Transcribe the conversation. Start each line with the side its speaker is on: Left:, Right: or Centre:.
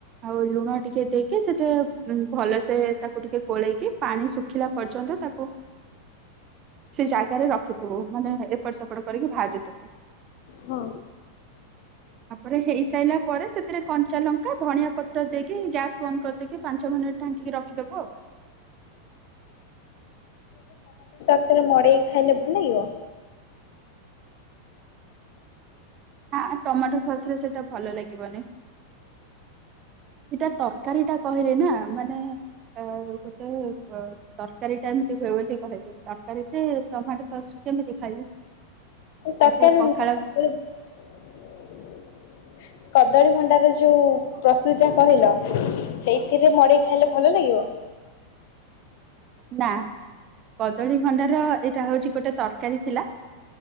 Right: ଆଉ ଲୁଣ ଟିକେ ଦେଇକି ସେଟେ ଭଲସେ ତାକୁ ଟିକେ ଗୋଳେଇକି ପାଣି ଶୁଖିଲା ପର୍ଯ୍ୟନ୍ତ ତାକୁ ସେ ଜାଗାରେ ରଖିଥିବୁ ମାନେ ଏପଟ ସେପଟ କରିକି ଭାଜୁଥିବୁ।
Left: ହଁ।
Right: ତାପରେ ହେଇସାରିଲା ପରେ ସେଥିରେ କଞ୍ଚା ଲଙ୍କା ଧନଆ ପତ୍ର ଦେଇକି ଗ୍ୟାସ ବନ୍ଦ କରିଦେଇକି ପାଞ୍ଚ ମିନିଟ ଢାଙ୍କିକି ରଖିଦବୁ ଆ
Left: ସେରା ମଡେଇକି ଖାଇଲେ ଭଲ ଲାଗିବ?
Right: ନା ଟମାଟୋ ସସ ରେ ସେଟା ଭଲ ଲାଗିବନି। ଏଇଟା ତରକାରୀ ଟା କହିଲେ ନା ମାନେ ଗୋଟେ ତରକାରୀ ଟା ଏମିତି ହୁଏ ବୋଲି କହିଲି ତରକାରୀରେ ଟମାଟୋ ସସ୍ କେମିତି ଖାଇବୁ।
Left: ତରକାରି
Right: ତାକୁ ପଖାଳ
Left: ନୁହଁ ତରକାରି <unintelligible> କଦଳୀ ଭଣ୍ଡାର ଯୋଉ ପ୍ରସ୍ତୁତି ଟା କହିଲ ସେଇଥିରେ ମଡେଇ ଖାଇଲେ ଭଲ ଲାଗିବ?
Right: ନା କଦଳୀ ଭଣ୍ଡାର ଏଇଟା ହଉଛି ଗୋଟେ ତରକାରୀ ଥିଲା